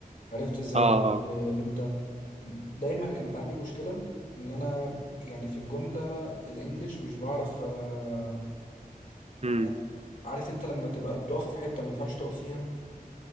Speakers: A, on the left; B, on the right.
A: عرفت ازاي
B: اه
A: ارد
B: اه
A: آه، امتى دايما كانت عندي مشكلة ان انا يعني في الجملة الانجليش مش بعرف آه،
B: امم
A: يعني عارف انت لما تبقى بتقف في حتة ما ينفعش تقف فيها